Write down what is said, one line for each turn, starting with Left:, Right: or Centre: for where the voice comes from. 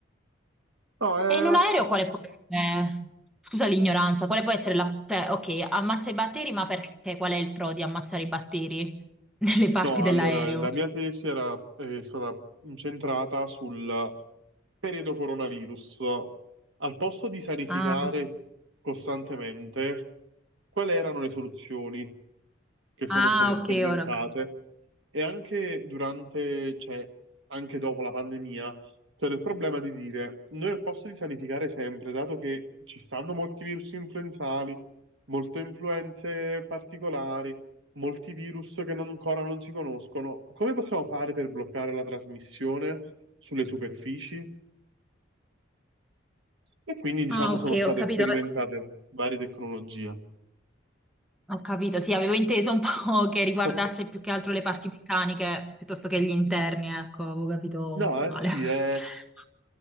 Right: No, è,
Centre: e in un aereo quale può essere? Scusa l'ignoranza, quale può essere la... Cioè, ok, ammazza i batteri, ma perché? Qual è il pro di ammazzare i batteri <laughs> nelle parti
Right: No,
Centre: dell'aereo?
Right: allora, la mia tesi era, è stata incentrata sul periodo coronavirus. Al posto di sanificare
Centre: Ah,
Right: costantemente, quali erano le soluzioni che sono
Centre: ah,
Right: state sperimentate?
Centre: ok, ora. ho cap-
Right: E anche durante, cioè, anche dopo la pandemia, c'era il problema di dire, noi al posto di sanificare sempre, dato che ci stanno molti virus influenzali, molte influenze particolari, molti virus che non- ancora non si conoscono, come possiamo fare per bloccare la trasmissione sulle superfici? E quindi, diciamo,
Centre: Ah, ok,
Right: sono state
Centre: ho capito.
Right: sperimentate varie tecnologie.
Centre: Ho capito, sì, avevo inteso un po' <laughs> che riguardasse
Right: <laughs>
Centre: più che altro le parti meccaniche piuttosto che gli interni, ecco, avevo capito
Right: No, eh
Centre: male.
Right: sì,
Centre: <laughs>
Right: è...